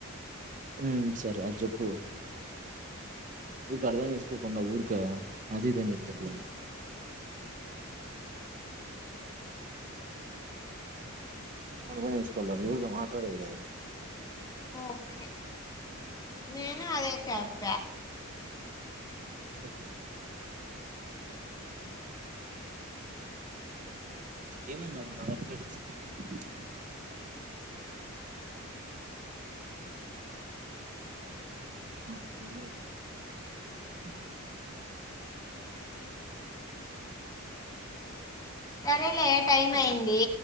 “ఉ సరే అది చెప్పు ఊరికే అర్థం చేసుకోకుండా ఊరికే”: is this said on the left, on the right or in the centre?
Right